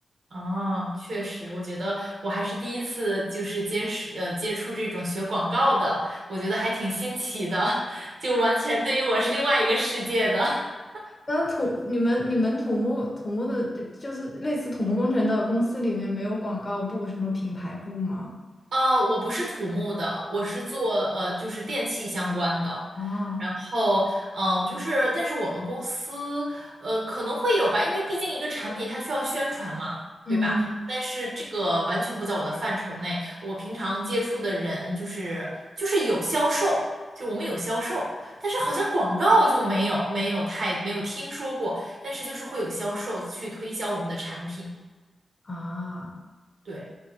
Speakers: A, on the right; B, on the left.
A: 哦，确实，我觉得我还是第一次就是接触呃接触这种学广告的，我觉得还挺新奇的，<laughs> 就完全对于我是另外一个世界的。<laughs>
B: 那土你们你们土木土木的就就是类似土木工程的公司里面没有广告部什么品牌部吗？
A: 呃，我不是土木的，我是做呃就是电器相关的。
B: 啊，
A: 然后，嗯、就是，但是我们公司，呃，可能会有吧，因为毕竟一个产品它需要宣传嘛，
B: 嗯
A: 对吧？但是这个完全不在我的范畴内。我平常接触的人就是就是有销售，就我们有销售，但是好像广告就没有没有太没有听说过，但是就是会有销售去推销我们的产品，
B: 啊，
A: 对